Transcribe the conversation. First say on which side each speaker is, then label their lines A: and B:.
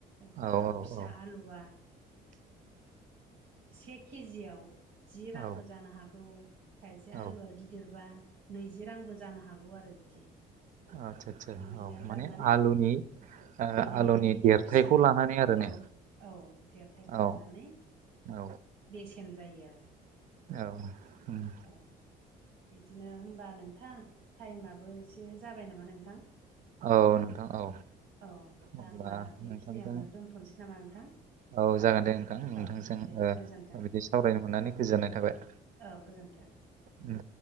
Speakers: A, on the right; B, on the right.
A: अबेबा
B: औ
A: फिसा
B: औ
A: आलुख से केजियाव जि रांबो
B: औ
A: जानो हागौ खायसे
B: औ
A: आलुआ गिदिरबा नैजि रांबो जानो हागौ आरो बिदि
B: आसा आसा
A: बिदिनो
B: औ माने
A: थारमाने
B: आलुनि ओ
A: आलुनि गिदिर
B: देरथायखौ
A: फिसा
B: लानानै आरो
A: औ
B: ने
A: औ देरथायखौ
B: औ
A: लानानै
B: औ
A: बेसेन जायो आरो
B: औ उम
A: औ बिदिनो होनबा नोंथां टाइमाबबो एसे जाबाय नामा नोंथां
B: औ नोंथां औ
A: औ दा
B: अब्ला
A: होमबा बेखिनियावनो
B: नोंथांजों
A: दोनथ'नोसै नामा नोंथां
B: औ जागोन दे नोंथां नोंथांजों
A: औ दे
B: ओ
A: गोजोन्थों
B: बिदि सावरायनो मोननानै गोजोननाय थाबाय।
A: औ गोजोन्थों।
B: उम।